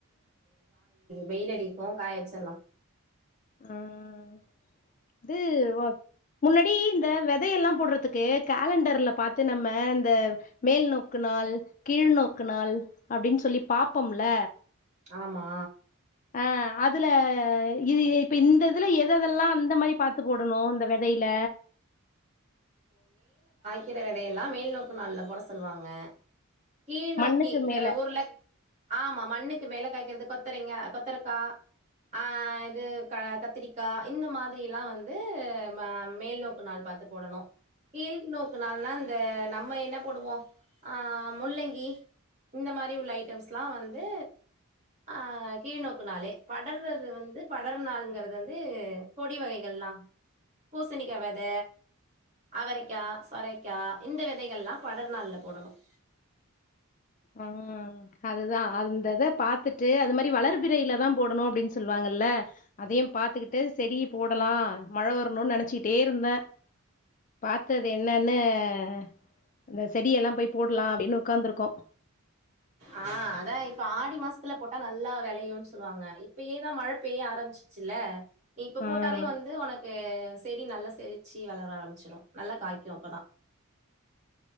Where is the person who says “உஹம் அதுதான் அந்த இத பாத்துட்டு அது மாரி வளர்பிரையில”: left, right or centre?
Left